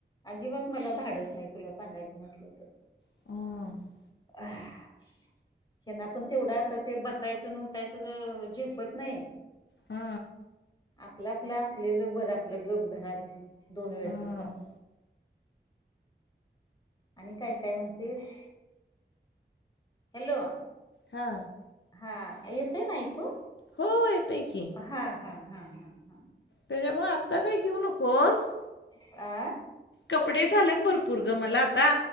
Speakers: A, on the left; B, on the left.
A: अजिबात मला धाडच नाही तुला सांगायचं म्हटलं त.
B: हू!
A: <inaudible> त्यांना पण तेवढ आता ते बसायचं नं उठायचं झेपत नही.
B: हू!
A: आपलं आपलं असलेलं बरं आपलं गप घरात दोन वेळचं
B: हम्म.
A: खाऊन. आणि काय काय म्हणतेस हॅलो!
B: हा!
A: हा येतय ना ऐकू?
B: हो येतयं की.
A: हा हा हा हा हा!
B: त्याच्यामुळे आत्ता काय घेऊ नकोस.
A: आ!
B: कपडे झाल्यात भरपूर ग मला आता.